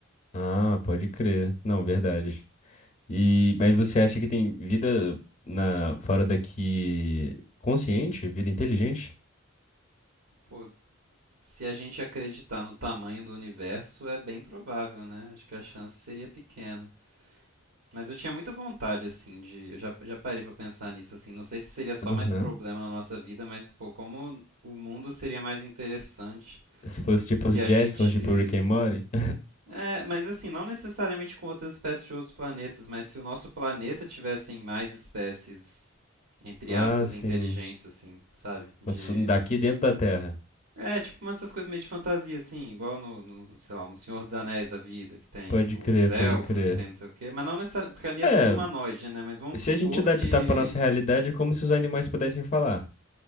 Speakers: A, on the left; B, on the right.
A: Ah, pode crer. Não, verdade. E, mas você acha que tem vida na, fora daqui consciente, vida inteligente?
B: Pô, se a gente acreditar no tamanho do universo, é bem provável, né? Acho que a chance seria pequena. Mas eu tinha muita vontade, assim, de. Eu já, já parei pra pensar nisso, assim. Não sei se seria só
A: Aham.
B: mais problema na nossa vida, mas, pô, como o mundo seria mais interessante
A: Se fosse tipo
B: se
A: os Jetsons,
B: a gente.
A: tipo Rick and Morty. <laughs>
B: É, mas assim, não necessariamente com outras espécies de outros planetas, mas se o nosso planeta tivessem mais espécies, entre
A: Ah,
B: aspas,
A: sim.
B: inteligentes, assim, sabe? De.
A: Mas Daqui dentro da Terra.
B: É, tipo umas essas coisas meio de fantasia, assim, igual no, no, sei lá, no Senhor dos Anéis da vida, que tem
A: Pode
B: os
A: crer,
B: elfos
A: pode crer.
B: e tem não sei o quê, mas não necessariamente, porque ali é
A: É,
B: tudo humanoide, né? Mas vamos
A: se
B: supor
A: a gente adaptar
B: que...
A: para nossa realidade, é como se os animais pudessem falar.